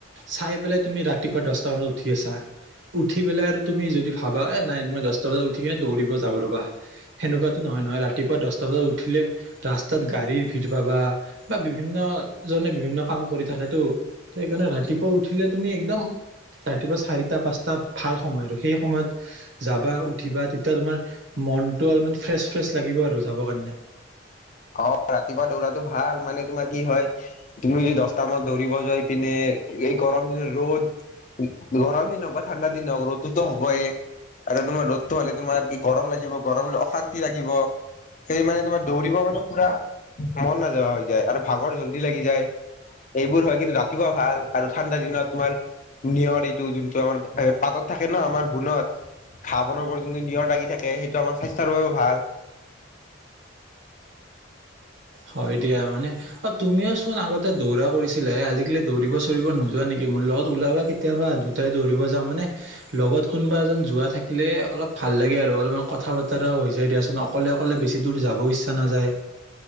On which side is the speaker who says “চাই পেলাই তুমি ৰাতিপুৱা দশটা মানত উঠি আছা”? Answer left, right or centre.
Right